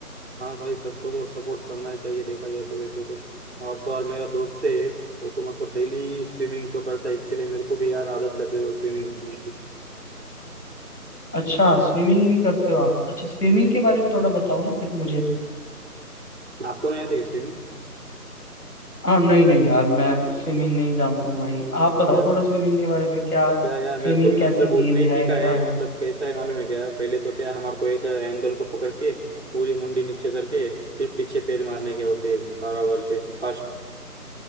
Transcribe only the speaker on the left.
अच्छा स्विमिंग भी करते हो आप अच्छा स्विमिंग के बारे में थोड़ा बताओ ना फिर मुझे
हाँ नहीं नहीं यार मैं स्विमिंग नहीं जानता हूँ भाई आप बताओ
थोड़ा स्विमिंग के बारे में क्या
स्विमिंग
कैसी
गेम
है
क्या
है